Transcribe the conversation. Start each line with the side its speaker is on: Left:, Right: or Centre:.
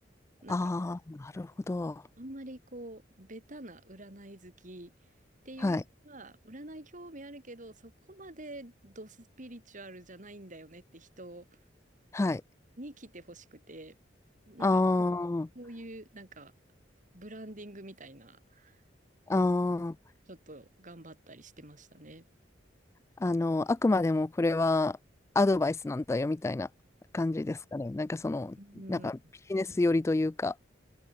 Right: なんか
Left: ああ、なるほど。
Right: あんまりこうベタな占い好きっていうよりは占い興味あるけどそこまでドスピリチュアルじゃないんだよねって人
Left: はい、はい。
Right: に来てほしくてなんか
Left: ああ、
Right: こういうなんかブランディングみたいな。
Left: あ
Right: ので、
Left: あ。
Right: ちょっと頑張ったりしてましたね。
Left: あの、あくまでもこれはアドバイスなんだよみたいな感じですかね。なんかその、
Right: うん、
Left: なんかビジネス寄りというか、
Right: ビ